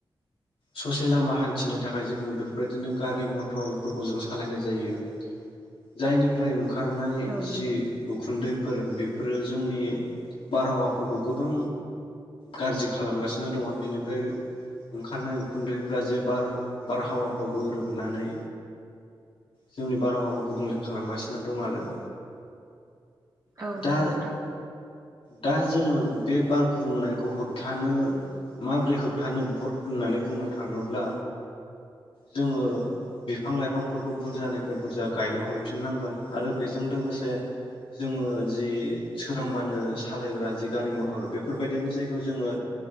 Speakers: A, on the left; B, on the right.
A: ससे लामा हान्थिनो थाखाय जोङो बेफोरबायदिनो गारि मथरफोरखौ जों सालायनाय जायो जायनि फ्राय ओंखारनाय
B: औ
A: जि
B: नंगौ
A: उखुन्दैफोर बेफोरो जोंनि बारहावाफोरखौ गोबां गाज्रि खालामगासिनो दङ' बिनिफ्राय ओंखारनाय उखुन्दैफ्रा जे बारहावाफ्राव गोरोबनानै जोंनि बारहावाखौ गुबुंले खालामगासिनो दं आरो
B: औ
A: दा
B: नोंगौ नोंथां।
A: दा जोङो बे बार गुबुंनायखौ होबथानो माबोरै होबथानो होननानै बुंनो थाङोब्ला जोङो बिफां लाइफांफोरखौ बुरजानिफ्राय बुरजा गायनो हमफिननांगोन आरो बेजों लोगोसे जोङो जि सोरांबानो सालायग्रा जि गारि मथर बेफोरबायदिनि जायगायाव जोङो